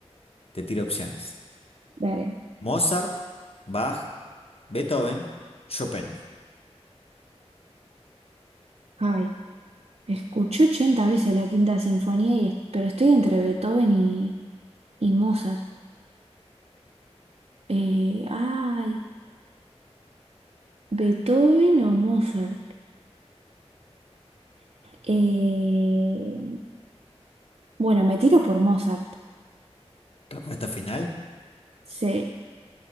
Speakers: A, on the left (about 60°); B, on the right (about 70°).
A: Te tiro opciones.
B: dale.
A: Mozart, Bach, Beethoven, Chopin.
B: Ay. Escuché 80 veces la Quinta Sinfonía, y, es- pero estoy entre Beethoven y, y Mozart. Eh, ay, Beethoven o Mozart. Eh, bueno, me tiro por Mozart.
A: Respuesta final.
B: Sí,